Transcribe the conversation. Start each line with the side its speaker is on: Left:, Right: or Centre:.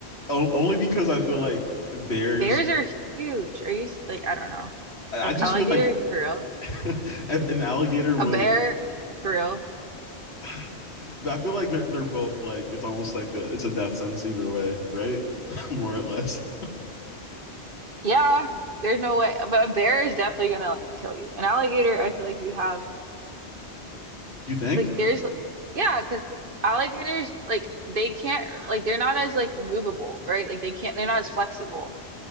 Left: O- only because I feel like bears
Right: Bears are huge. Are you s- like I don't know.
Left: I
Right: An
Left: I just
Right: alligator
Left: feel like
Right: for real?
Left: <laughs> an alligator would
Right: A bear for real?
Left: <laughs> but I feel like they're they're both like it's almost like a it's a death sentence either way, right? <laughs> More or less.
Right: Yeah, there's no way. But a bear is definitely gonna like kill you. An alligator, I feel like you have.
Left: You think?
Right: Like there's like- yeah, because alligators like they can't like they're not as like movable, right? Like they can't they're not as flexible.